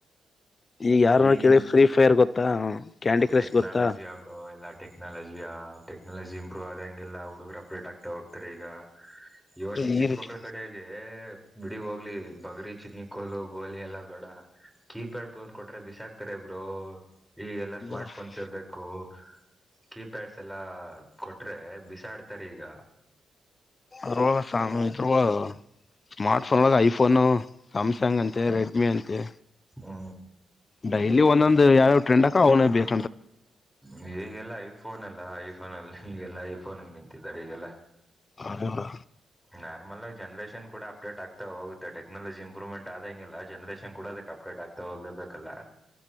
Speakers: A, on the left; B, in the centre.
A: ಈಗ ಯಾರನ
B: ಈಗಿನ್
A: ಕೇಳಿ ಫ್ರೀ ಫೈರ್ ಗೊತ್ತ. ಗೊತ್ತಾ ಕ್ಯಾಂಡಿ ಕ್ರಶ್
B: ಟೆಕ್ನಾಲಜಿಯ
A: ಗೊತ್ತಾ.
B: ಬ್ರೋ ಎಲ್ಲ ಟೆಕ್ನಾಲಜಿಯ ಟೆಕ್ನಾಲಜಿ ಇಂಪ್ರೂವ್ ಆದಂಗಗೆಲ್ಲ ಹುಡುಗರು ಅಪ್ಡೇಟ್ ಆಗ್ತಾ ಹೋಗ್ತಾರೆ ಈಗ. ಇವ ನೀ
A: ಈ
B: ಈಗ ಚಿಕ್ಕ
A: ರೀತಿ
B: ಮಕ್ಕಳ ಕಡೆ ಆ ಹಾಗೆ. ಎ ಬಿಡಿ ಹೋಗ್ಲಿ ಬಗರಿ ಚಿನ್ನಿ ಕೋಲು ಗೋಲಿ ಎಲ್ಲಾ ಬ್ಯಾಡ ಕೀಪ್ಯಾಡ್ ಫೋನ್ ಕೊಟ್ರೆ ಬಿಸಾಕ್ತಾರೆ ಬ್ರೋ ಈ ಎಲ್ಲಾ
A: ಅದ್ರೊಳ
B: ಸ್ಮಾರ್ಟ್ ಫೋನ್ಸ್ ಇ ಬೇಕು ಕೀಪ್ಯಾಡ್ಸ್ ಎಲ್ಲ ಕೊಟರೆ ಬಿಸಾಡ್ತಾರೆ ಈಗ.
A: ಅದ್ರ ಸ್ಾ <unintelligible> ಮಿ ಇದ್ರ. ಸ್ಮಾರ್ಟ್ಫೋನ್ ಐಫೋನು ಸ್ಯಾಮ್ಸಂಗ್ ಅಂತೆ ರೆಡ್ಮಿ ಅಂತೆ.
B: ಹಾ.
A: ಡೈಲಿ ಒಂದೊಂದು ಯಾವ ಟ್ರೆಂಡ್ಕ ಅವನೇ ಬೇಕು.
B: ಹೇಗೆಲ್ಲ ಐಫೋ ಫೋನ್ ಅಲ್ಲ ಐ ಫೋನ್ಅಲ್ಲಿ ಈಗೆಲ್ಲ ಐಫೋನ್ ನಿಂತಿದ್ದಾರೆ ಈಗೆಲ್ಲ.
A: ಅದೇ ಬ್ರೋ
B: ನಾರ್ಮಲ್ ಆಗ ಜನ್ರೇಷನ್ ಕೂಡ ಅಪ್ಡೇಟ್ ಆಗ್ತಾ ಹೋಗುತ್ತೆ ಟೆಕ್ನಾಲಜಿ ಇಂಪ್ರೂವ್ಮೆಂಟ್ ಆದ ಹಂಗಿಲ್ಲ ಜನ್ರೇಷನ್ ಕೂಡ ಅದಕ್ಕೆ ಅಪ್ಡೇಟ್ ಆಗ್ತಾ ಹೋಗ್ಲೇಬೇಕಲ್ಲ.